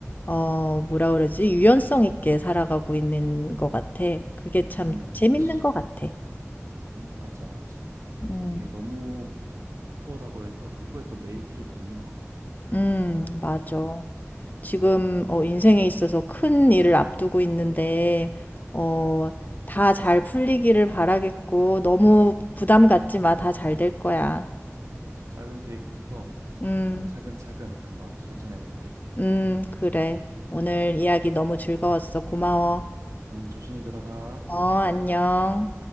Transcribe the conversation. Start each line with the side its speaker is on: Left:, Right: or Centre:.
Left: 어, 뭐라 그러지? 유연성 있게 살아가고 있는 것 같아. 그게 참
Right: 음,
Left: 재밌는
Right: 그치.
Left: 것 같아.
Right: 응, 맞아, 맞아.
Left: 음,
Right: 이게 너무 막 목표라고 해도 그거에 또 매일 필요도 없는 것 같아.
Left: 음, 맞아. 지금 어, 인생에 있어서 큰 일을 앞두고 있는데, 어, 다 잘 풀리기를 바라겠고, 너무 부담 갖지 마. 다 잘 될 거야.
Right: 아주 작은 계획부터
Left: 음,
Right: 차근차근 한번 실천해 볼게.
Left: 음, 그래. 오늘 이야기 너무 즐거웠어. 고마워.
Right: 음, 조심히 들어가.
Left: 어, 안녕.